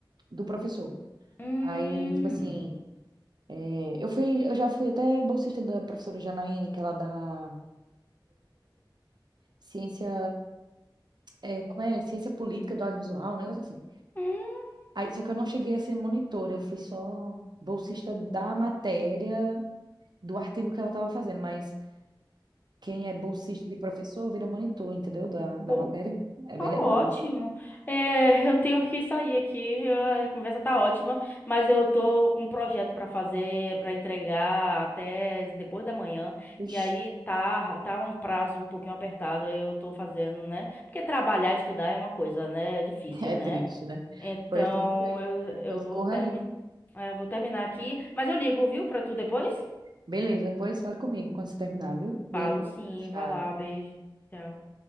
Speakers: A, on the right; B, on the left.
A: do professor.
B: Hum.
A: Aí, tipo assim, é, eu fui, eu já fui até bolsista da professora Janaíne, que ela dá ciência. é, como é, ciência política do audiovisual, um negócio assim.
B: Hum.
A: Aí, só que eu não cheguei a ser monitor, eu fui só bolsista da matéria, do artigo que ela estava fazendo, mas quem é bolsista de professor vira monitor, entendeu? Da, da
B: Pô.
A: matéria. É
B: Tá
A: bem legal
B: ótimo.
A: isso.
B: É, eu tenho que sair aqui. eu- A conversa tá ótima, mas eu tô com um projeto pra fazer, pra entregar até depois da manhã. E
A: Ixi,
B: aí tá, tá um prazo um pouquinho apertado. aí Eu tô fazendo, né? Porque trabalhar, estudar é uma coisa, né? É difícil,
A: <laughs> é
B: né?
A: triste, né?
B: Então
A: Pois tá certo,
B: eu,
A: amiga.
B: eu
A: Pois
B: vou
A: corra
B: terminar,
A: aí.
B: vou terminar aqui. Mas eu ligo, viu, pra tu depois?
A: Beleza, depois fala comigo quando você terminar, viu? Beijo.
B: Falo sim.
A: Tchau.
B: Vai lá, beijo. Tchau.